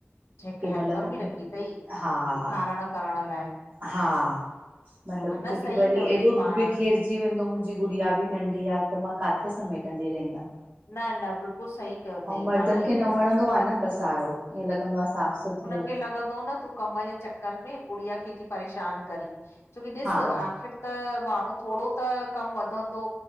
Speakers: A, on the left; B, on the right.
A: हिक
B: की महिल
A: हेल्पर
B: मूंखे
A: बि रखी थई
B: हा
A: ॾेखारण
B: हा
A: करण लाइ!
B: हा मतलब
A: हा न
B: जोकी
A: सही
B: वरी
A: कयो अथई
B: एॾो
A: पाण
B: बिखर अची वेंदो, मुंहिंजी गुड़िया बि नंढी आ त मां काथे समेटंदी रहन्दंम।
A: न न बिल्कुलु सही कयो अथई
B: ऐं मर्दन
A: पाण हीअ
B: खे न वणंदो आ न पसारो ईअं लॻंदो आहे साफ़ सुथिरो
A: मुखे लॻंदो न तूं कम जे चक्कर में गुड़िया खे थी परेशान करी, छोकि ॾिस
B: हा
A: आख़िर त माण्हू थोङो त कम वधंदो